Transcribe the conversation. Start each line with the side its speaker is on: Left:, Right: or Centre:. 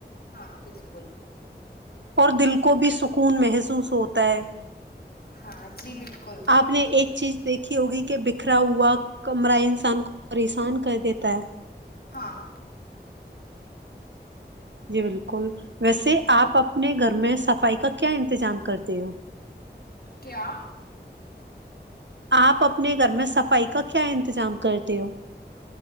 Left: ہاں بالکل
Right: اور دل کو بھی سکھ خون محسوس ہوتا ہے
Left: ہاں جی بالکل
Right: آپ نے ایک چیز دیکھی ہوگی کہ بکھرا ہوا کمرائنس ان کو پریشان کر دیتا ہے
Left: ہاں
Right: جی بالکل ویسے آپ اپنے گھر میں صفائی کا کیا انتظام کرتے ہو
Left: کیا
Right: آپ اپنے گھر میں صفائی کا کیا انتظام کرتے ہو